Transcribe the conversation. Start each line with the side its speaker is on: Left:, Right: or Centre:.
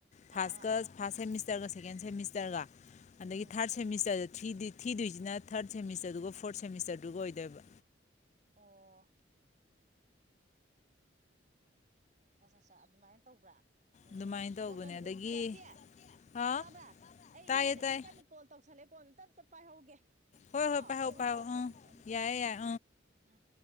Left: ꯐꯥꯁ
Right: ꯑꯥ ꯑꯥ
Left: ꯀꯁ
Right: ꯑꯥ
Left: ꯐꯥꯁ ꯍꯦ ꯃꯤꯁꯇꯔꯒꯁ ꯦ ꯎꯠꯇꯔꯒ ꯑꯗꯒꯤ
Right: ꯎꯝ
Left: ꯊꯥꯔꯠ ꯁꯦꯃꯤꯁꯇꯔꯗ ꯊꯔꯤ ꯊꯤꯗꯣꯏꯁꯤꯅ ꯊꯥꯔꯠ ꯁꯦꯃꯤꯁꯇꯔꯗꯨꯒ ꯐꯣꯔꯠ ꯁꯦꯃꯤꯁꯇꯔꯗꯨꯒ ꯑꯣꯏꯗꯣꯏꯕ
Right: ꯑꯣ ꯑ ꯑꯠ ꯑꯗꯨꯃꯥꯏꯅ ꯇꯧꯕ꯭ꯔꯥ ꯑꯣ
Left: ꯑꯗꯨꯃꯥꯏꯅ ꯇꯧꯕꯅꯦ
Right: ꯑꯣ ꯀꯩꯅꯣ ꯅꯨꯕꯤ
Left: ꯑꯗꯒꯤ
Right: ꯇꯞꯇꯦ
Left: ꯑꯥ
Right: ꯇꯥꯕ꯭ꯔꯥ ꯑꯩ
Left: ꯇꯥꯏꯌꯦ
Right: ꯏꯃꯥꯟꯅꯕꯤ
Left: ꯇꯥꯏꯌꯦ
Right: ꯑꯃ ꯀꯟꯅꯣ ꯀꯣꯜ ꯇꯧꯁꯜꯂꯦ ꯀꯣꯜ ꯄꯥꯏ ꯍꯒꯦ
Left: ꯍꯣꯏ
Right: ꯀꯣ
Left: ꯍꯣꯏ ꯄꯥꯏꯍꯧ
Right: ꯑꯩ ꯑꯃꯨꯛ
Left: ꯄꯥꯏꯍꯧ
Right: ꯇꯧꯔꯛꯀꯦ
Left: ꯎꯝ
Right: ꯑꯃꯨꯛ ꯑꯃꯨꯛ ꯇꯧꯔꯛꯀꯦ
Left: ꯌꯥꯏꯌꯦ
Right: ꯎꯝ
Left: ꯌꯥꯏ
Right: ꯎꯝ